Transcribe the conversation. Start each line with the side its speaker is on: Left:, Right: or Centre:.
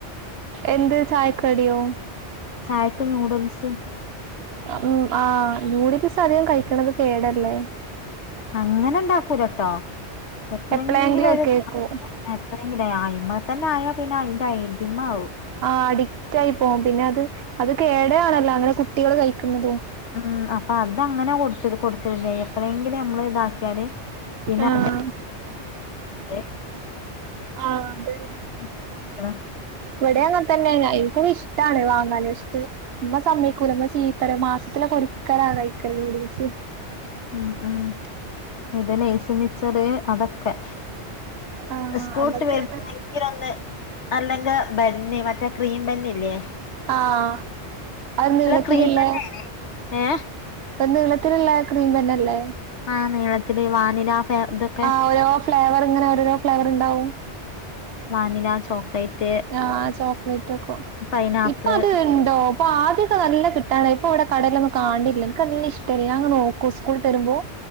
Right: എന്ത് ചായക്കടിയോ?
Left: ചായക്ക് നൂഡിൽസ്
Right: അം ആഹ്, നൂഡിൽസ് അധികം കഴിക്കണത് കേടല്ലേ?
Left: അങ്ങനെണ്ടാക്കൂലട്ടോ. എപ്പ്ളെങ്കിലൊര്
Right: എപ്പളെങ്കിലും ഒക്കെ
Left: <unintelligible>
Right: കേക്കും
Left: അയ്മെ തന്നെ ആയാ പിന്നെ, അയ്ന്റെ അയ്ടിമ ആവും.
Right: ആഹ് അഡിക്റ്റായി പോവും. പിന്നെ അത് അത് കേടേ ആണല്ലോ അങ്ങനെ കുട്ടികള് കഴിക്ക്ന്നതും
Left: ഉം അപ്പൊ അത് അങ്ങനെ കൊടുത്തത് കൊട്ക്കലില്ല. എ എപ്പളേങ്കിലും നമ്മള് ഇതാക്കിയാല് പിന്നെ
Right: ആഹ്
Left: <unintelligible>
Right: ആഹ് അതെന്നെ.
Left: <unintelligible>
Right: ഇവടെ അങ്ങനൻ തന്നേണ്. ഇൻക്കൊക്കെ ഇഷ്ടാണ് വാങ്ങാന് പക്ഷെ ഇമ്മ സമ്മയ്ക്കൂല, ഇമ്മ ചീത്തറിം. മാസത്തിലൊക്കെ ഒരിക്കലാണ് കയ്ക്ക നൂഡിൽസ്
Left: ആഹ് ആഹ് ഇത് ലെയ്സ്, മിച്ചറ് അതൊക്കെ
Right: ആഹ്
Left: സ്കൂൾട്ട്
Right: അതൊക്കെയാണ്
Left: വര് <unintelligible> <unintelligible> അല്ലെങ്കെ ബെന്ന്, മറ്റേ ക്രീം ബെന്നില്ലേ
Right: ആഹ് അ നീളത്തില്ള്ളെ
Left: ക്രീം ബന്നേനി ഏഹ്
Right: ഇപ്പം നീളത്തില്ള്ളെ ക്രീം ബെന്നല്ലേ?
Left: ആഹ് നീളത്തില്, വാനില ഫെ ഇതൊക്കെ
Right: ആഹ് ഓരോ ഫ്ലേവർ ഇങ്ങനെ ഓരോരോ ഫ്ലേവർ ഇണ്ടാവും.
Left: വാനില ചോക് ക്ലേറ്റ്
Right: ആഹ് ചോക്ലേറ്റ് ഒക്കോ,
Left: പൈനാപ്പിള്
Right: ഇപ്പൊ അത് ഇണ്ടോ? ഇപ്പാദ്യൊക്കെ നല്ല കിട്ടാണ്ടായ്നി, ഇപ്പൊ ഇവിടെ കടേലൊന്നും കാണ് ണില്ല. ഇൻക്ക് നല്ല ഇഷ്ടേനി ഞാൻ ഇങ്ങനെ നോക്കും സ്കൂൾട്ടെരുമ്പൊ